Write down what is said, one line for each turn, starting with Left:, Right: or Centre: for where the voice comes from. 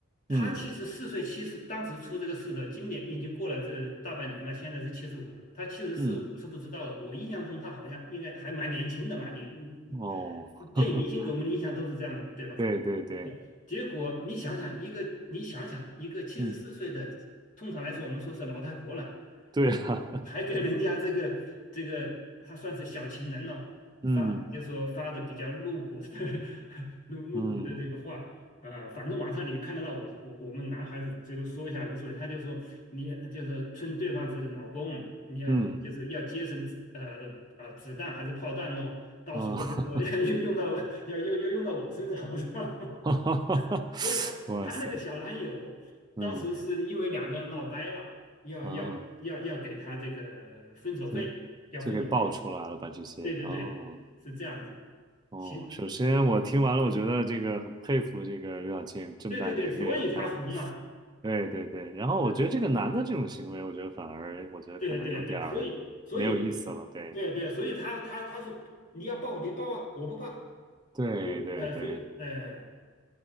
Left: 他七十四岁，
Right: 嗯
Left: 七十当时出这个事的，今年已经过了这大半年嘛，现在是七十五了。他七十四，
Right: 嗯，
Left: 我是不知道的。我印象中他好像应该还蛮年轻的嘛，你你
Right: 哦，
Left: 你，电影明星给我们的印象都是这样的，
Right: <laughs>
Left: 对吧？
Right: 对对对，
Left: 对，结果你想想一个，你想想一个七十四岁的，
Right: 嗯，
Left: 通常来说我们说是老太婆了，
Right: 对啊，
Left: 如果 <laughs> 还给人家这个这个，她算是小情人了，发就说发的比较露骨的
Right: <laughs> 嗯
Left: <laughs> 露露骨的这个话，
Right: 嗯
Left: 啊，反正网上你看得到我我我们男孩子就是说一下无所谓，他就说你就是称对方是老公，你要就是要节省呃呃啊子弹还是炮弹咯，
Right: 嗯
Left: 到时候就说
Right: 啊，
Left: <laughs> 用用到要要要用到我身上，我操！
Right: <laughs>
Left: 所以他他那个小男友，
Right: 哇塞，嗯
Left: 当时是因为两个人闹掰了，要要要要给他这个分手费，
Right: 啊，就就给爆出来了吧这些啊哦，
Left: 要分手费。对对对，是这样子的。
Right: 哦首先我听完了，
Left: 行，
Right: 我觉得这个很佩服这个刘晓庆这么大年龄还
Left: 对对对，所以他红嘛。
Right: 对对对，然后我觉得这个男的这种行为，
Left: 嗯，
Right: 我觉得反而我觉得可能有点儿没有意思了，
Left: 对对对，所以所以
Right: 对。
Left: 对对，所以他他他说你要报你报啊，我不报，
Right: 对对对，
Left: 呃，所以呃